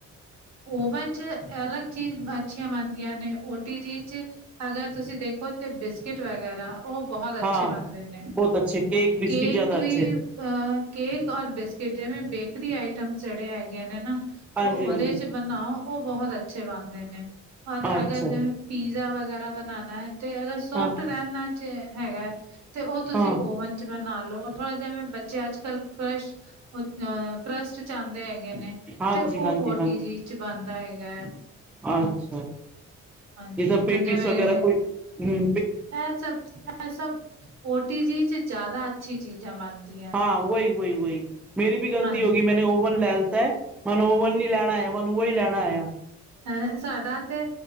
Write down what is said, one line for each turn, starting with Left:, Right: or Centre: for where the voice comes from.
Right: ਓਵਨ ਚ ਅਲੱਗ ਚੀਜ਼ ਅੱਛੀਆਂ ਬਣਦੀਆਂ, ਨੇ ਓਟੀ ਜੀ ਚ ਅਗਰ ਤੁਸੀਂ ਦੇਖੋ, ਇੱਥੇ ਬਿਸਕਿਟ ਵਗੈਰਾ, ਉਹ ਬਹੁਤ, ਅੱਛੇ
Centre: ਹਾਂ
Right: ਬਣਦੇ ਨੇ
Centre: ਬਹੁਤ ਅੱਛੇ ਕੇਕ ਬਿਸਕਿਟ
Right: ਕੇਕ
Centre: ਜ਼ਿਆਦਾ
Right: ਵੀ।
Centre: ਅੱਛੇ
Right: ਅ ਕੇਕ ਔਰ ਬਿਸਕਿਟ ਜਿਵੇਂ ਬੇਕਰੀ ਆਈਟਮ ਜਿਹੜੇ ਹੈਗੇ ਨੇ ਨਾ,
Centre: ਹਾਂਜੀ
Right: ਉਹ ਉਹਦੇ
Centre: ਹਾਂਜੀ
Right: ਚ ਬਣਾਓ, ਉਹ ਬਹੁਤ ਅੱਛੇ ਬਣਦੇ ਨੇ ਪਰ
Centre: ਅੱਛਾ
Right: ਅਗਰ ਜਿਵੇਂ, ਪੀਜ਼ਾ ਵਗੈਰਾ ਬਣਾਨਾ ਹੈ। ਤੇ ਅਗਰ ਸੋਫਟ
Centre: ਹਾਂ
Right: ਰਹਿਨਾ ਚ ਹੈਗਾ, ਤੇ ਉਹ ਤੁਸੀਂ
Centre: ਹਾਂ
Right: ਓਵਨ ਬਣਾ ਲੋ ਥੋੜਾ ਜਿਹਾ, ਮੇ ਬੱਚੇ ਅੱਜ-ਕੱਲ ਕ੍ਰਸ਼ ਉਹ ਅਹ ਕਰਸਟ ਚਾਹਦੇ ਹੈਗੇ ਨੇ।
Centre: ਹਾਂਜੀ
Right: ਤੇ ਓ
Centre: ਹਾਂਜੀ
Right: ਓਟੀ
Centre: ਹਾਂਜੀ
Right: ਜੀ ਚ ਬਣਦਾ ਹੈਗਾ।
Centre: ਅੱਛਾ
Right: ਹਾਂਜੀ,
Centre: ਜਿੱਦਾਂ
Right: ਹੁਣ
Centre: ਪੇਟੀਸ
Right: ਜੈਵੇਂ
Centre: ਵਗੈਰਾ ਕੋਈ ਹਮ
Right: ਐ ਸਭ ਐ ਸਭ ਓਟੀ ਜੀ ਚ ਜਾਦਾ ਅੱਛੀ ਚੀਜ਼ਾਂ ਬਣਦੀਐ।
Centre: ਹਾਂ ਵਈ-ਵਈ-ਵਈ, ਮੇਰੀ ਵੀ ਗ਼ਲਤੀ
Right: ਹਾਂਜੀ
Centre: ਹੋਗੀ, ਮੈਨੇ ਓਵਨ ਲੈ ਲਤਾ ਐ ਮੈਨੂੰ ਓਵਨ ਨੀ ਲੈਣਾ ਆ ਮੈਨੂੰ <unintelligible> ਲੈਣਾ ਆ।
Right: ਅ ਸਾਡਾ ਤੇ